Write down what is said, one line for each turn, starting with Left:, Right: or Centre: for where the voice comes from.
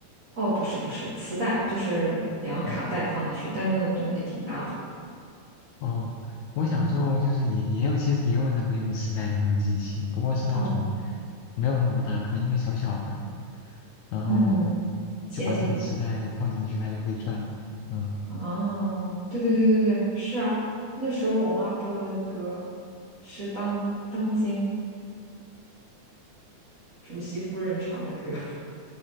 Right: 哦，不是不是，磁带就是两个卡带放进去，
Left: 哦
Right: 但是那个东西挺大的。
Left: 哦，我小时候就是也也有，其实也有那个用磁带的那个机器，不过是那种
Right: 哦，
Left: 没有那么大，可能一个小小的，然后
Right: 嗯，先进了。
Left: 就把那个磁带放进去，它就会转。嗯。
Right: 啊，对对对对对，是啊，那时候我妈播的那个歌是当当今主席夫人唱的歌，<laughs>